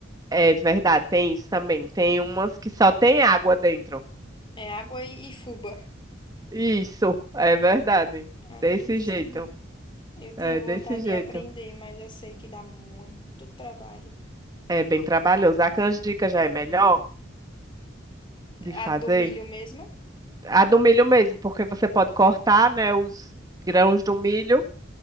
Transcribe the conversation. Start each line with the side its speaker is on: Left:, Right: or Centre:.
Right: É verdade, tem isso também. Tem umas que só tem água dentro.
Left: É água e, e fubá.
Right: Isso, é verdade.
Left: É
Right: Desse
Left: triste.
Right: jeito.
Left: Eu tenho
Right: É
Left: vontade
Right: desse jeito.
Left: de aprender, mas eu sei que dá muito trabalho.
Right: É bem trabalhoso. A canjica já é melhor de fazer.
Left: A do milho mesmo?
Right: A do milho mesmo, porque você pode cortar, né, os grãos do milho